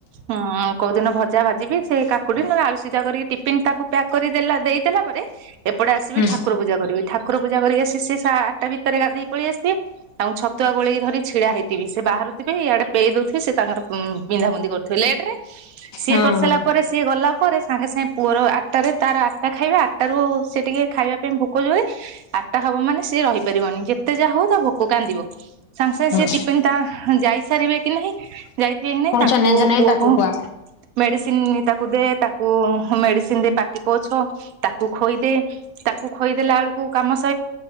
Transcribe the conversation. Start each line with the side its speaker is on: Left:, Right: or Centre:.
Right: ଉମ କୋଉଦିନ ଭଜା ଭାଜିିବି ସେ କାକୁଡି ନ ଆଳୁ ସିଝା କରିକି ଟିପିନ ତାକୁ ପ୍ୟାକ୍ କରିଦେଲା ଦେଇଦେଲା ପରେ ଏପଟେ ଆସିବି
Left: ହୁଁ
Right: ଠାକୁର ପୂଜା କରିବି, ଠାକୁର ପୂଜା କରିକ ଆସି ସେ ସେ ସା ଆଠଟା ଭିତରେ ଗାଧେଇ ପଳେଇ ଆସିଥିବେ, ତାଙ୍କୁ ଛତୁଆ ଗୋଳିକି ଧରି ଛିଡା ହେଇି ଟି ଭିି ସେ ବାହାରୁଥିବେ ଇଆଡେ ପେଏଇ ଦଉଥିବେ ସେ ତାଙ୍କର ପିନ୍ଧାପିନ୍ଧି କରୁଥିବେ ଲେଟ୍ ରେ ସିଏ
Left: ହଁ
Right: କରିସାରିଲା
Left: ହଁ
Right: ପରେ ସିଏ ଗଲା ତା ପରେ ସାଙ୍ଗେ ସାଙ୍ଗେ ପୁଅର ଆଠଟାରେ ତାର ଆଠଟା ଖାଇବା, ଆଠଟାରୁ ସେ ଟିକେ ଖାଇବା ପାଇଁ ଭୋକ ଯୋରେ ଆଠଟା ହବ ମାନେ ସିଏ ରହିପାରିବନି ଯେତେ ଯାହା ହୋଉ ତା ଭୋକ କାନ୍ଦିବ। ସାଙ୍ଗ ସା
Left: ହଁ
Right: ସେ ଟି <unintelligible> ତା ଯାଇସାରିବେ କି ନାହିଁ। ଯାଇଚି ନେ
Left: ପୁଣି
Right: ତାକୁ
Left: ଚେନେଇ ଚେନେଇ
Right: କୁ
Left: ତାକୁ
Right: କୁ
Left: ଖୁଆ
Right: ମେଡିସିନ ତିନି ତାକୁ ଦେ ତାକୁ ମେଡିସିନ ଦେ ପାଟି ପୋଛ, ତାକୁ ଖୋଇଦେ, ତାକୁ ଖୋଇଦେଲାଳକୁ କାମ ସ